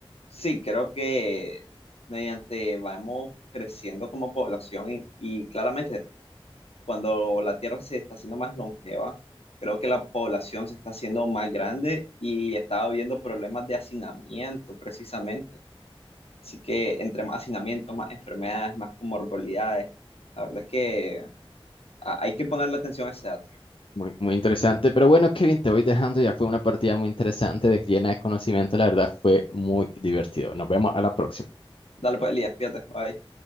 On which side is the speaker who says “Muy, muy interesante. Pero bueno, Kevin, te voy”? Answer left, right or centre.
Left